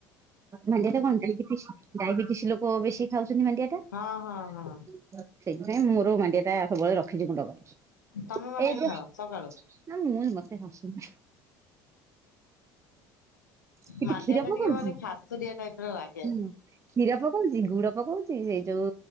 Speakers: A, on the right; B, on the left.
A: ମାଣ୍ଡିଆ ଟା କଣଡବେଟିସ୍ ଡାଇବେଟିସ ଲୋକ ବେଶୀ ଖାଉଛନ୍ତି ମାଣ୍ଡିଆ ଟା। ସେଇଥିପାଇଁ
B: ହଁ ହଁ ହଁ
A: ମୋର ମାଣ୍ଡିଆଟା ସବୁବେଳେ ରଖିଛି ଗୁଣ୍ଡ କରିକି।
B: ତମେ ମାଣ୍ଡିଆ
A: ଏଠ
B: ଖାଅ ସକାଳୁ
A: ନ ମୁନ ମତେ ହାସନା। <inaudible> କିନ୍ତୁ
B: ମାଣ୍ଡିଆ
A: କ୍ଷୀର
B: ଟା
A: ପକଉଛି,
B: ଟିକେ ମାନେ ଖାସୁଡିଆ ଟାଇପ ର ଲାଗେ
A: ହଁ, କ୍ଷୀର ପକଉଛି ଗୁଡ ପକଉଛି। ସେଇ ଯୋଉ